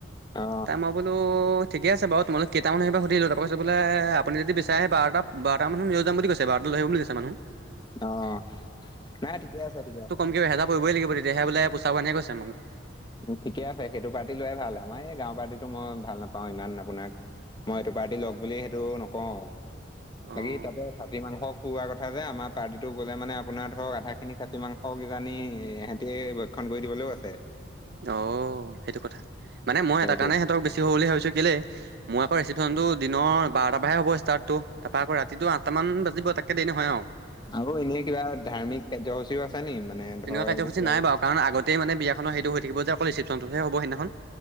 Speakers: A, on the left; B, on the right.
A: অ
B: তাৰ মই বোলোঁ ঠিকে আছে বাৰু তোমালোক কেইটামান আহিবা সুধিলো', কৈছে বোলে আপুনি যদি বিচাৰে বাৰটা, বাৰটা মানুহ লৈ যাম বুলি কৈছে বাৰটো লৈ আহিব বুলি কৈছে মানুহ',
A: অহ', নাই ঠিকে আছে, ঠিকে আছে',
B: কি এহেজাৰ পৰিবই লাগিব তিয়াহে বোলে পোচাব এনেকে কৈছে মোক',
A: ঠিকে আছে, সেইটো পাৰ্টি লোৱাই ভাল আমাৰ এই গাঁৱৰ পাৰ্টিটো মই ভাল নাপাওঁ ইমান আপোনাক', মই এইটো পাৰ্টি লওক বুলি সেইটো নকওঁ,
B: অঁ
A: বাকী তাতে', খাচি মাংস খোৱাৰ কথা যে আমাৰ পাৰ্টিটো গ'লে মানে আপোনাৰ ধৰক আধা খিনি খাচি মাংস কিজানি এ', এহেতে', এই ভক্ষণ কৰি দিবলৈও আছে',
B: অও', সেইটো কথা মানে মই
A: সেইটো
B: এটা কাৰণে সিহঁতক বেছি হ'ব বুলি ভাবিছোঁ', - কেলে, মই আকৌ ৰিচেপশ্যনটো দিনৰ বাৰটাৰ পৰাহে হ'ব ষ্টাৰ্ট', ত', তাৰপা আকৌ ৰাতিটো আঠটা মান বাজিব তাতকে দেৰি নহয় আৰু',
A: আকৌ এনে কিবা ধাৰ্মিক কাৰ্যসূচীও আছে নি মানে
B: তেনেকুৱা
A: ধৰ
B: কাৰ্যসূচী
A: এইবোৰ কিবা
B: নাই
A: কিবি?
B: বাৰু কাৰণ আগতেই মানে বিয়াখনৰ সেইটো হৈ থাক যে, অকল ৰিচেপশ্যনটোহে হ'ব সেইদিনাখন',